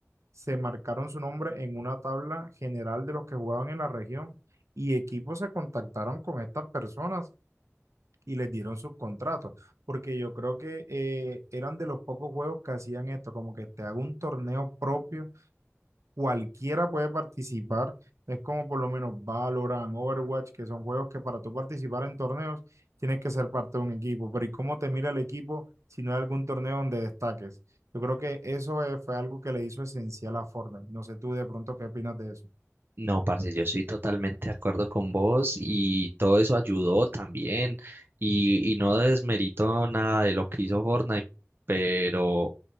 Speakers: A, on the right; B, on the right.
A: se marcaron su nombre en una tabla general de los que jugaban en la región y equipos se contactaron con estas personas y les dieron sus contratos, porque yo creo que eh, eran de los pocos juegos que hacían esto, como que te hago un torneo propio cualquiera puede participar. Es como por lo menos Valorant, Overwatch, que son juegos que para tú participar en torneos tienes que ser parte de un equipo. Pero ¿y cómo te mira el equipo si no hay algún torneo donde destaques? Yo creo que eso eh, fue algo que le hizo esencial a Fortnite. No sé tú de pronto qué opinas de eso.
B: No, parce, yo estoy totalmente de acuerdo con vos y todo eso ayudó también y, y no desmerito nada de lo que hizo Fortnite, pero